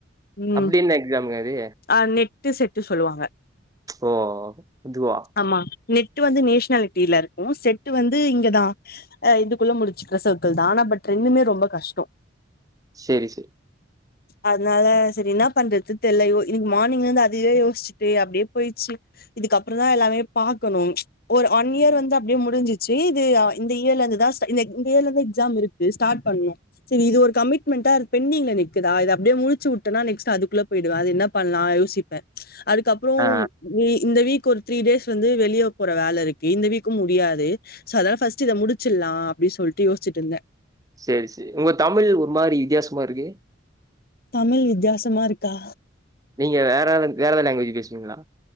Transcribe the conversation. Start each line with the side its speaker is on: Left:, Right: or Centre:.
Left: ம்
Right: அப்டி என்ன எக்ஸாமுங்க அது
Left: ஆ நெட்டு செட்டு சொல்லுவாங்க
Right: ஓ ஓ ஓ அதுவா
Left: ஆமா நெட்டு வந்து நேஷ்னாலிட்டில இருக்கு செட்டு வந்து இங்கதா ஆ இதுக்குள்ள முடிச்சுக்கிற சர்க்குள்தா ஆனா பட் ரெண்டுமே ரொம்ப கஷ்டோ
Right: சேரி சேரி
Left: அதுனால சேரி என்னா பண்றது தெல்ல யோ இன்னிக்கு மார்னிங்ல இருந்து அதுவே யோசிச்சுட்டு அப்டியே போயிட்ச்சி இதுக்கப்றோதா எல்லாமே பாக்கணு ஒரு ஒன் இயர் வந்து அப்டியே முடிஞ்சிச்சு இது ஆ இந்த இயர்ல இந்து இதா ஸ்டா இந்த எக் இங்க இயர்லதா எக்ஸாம் இருக்கு ஸ்டார்ட் பண்ணணு சேரி இது ஒரு கமிட்மெண்டா அது பெண்டிங்ல நிக்குதா இத அப்டியே முடிச்சு வுட்டனா நெக்ஸ்ட் அதுக்குள்ள பெயிடுவ அது என்ன பண்லா யோசிப்பே அதுக்கப்றோ
Right: ஆ
Left: வீ இந்த வீக் ஒரு த்ரீ டேஸ் வந்து வெளிய போற வேல இருக்கு இந்த வீக்கு முடியாது சோ அதா ஃபர்ஸ்ட் இத முடிச்சில்லா அப்டி சொல்டு யோசிச்சிட்டு இருந்த
Right: சேரி சேரி உங்க தமிழ் ஒரு மாரி வித்தியாசமா இருக்கு
Left: தமிழ் வித்தியாசமா இருக்கா
Right: நீங்க வேறாவ வேறெதாவது லாங்குவேஜ் பேசுவீங்களா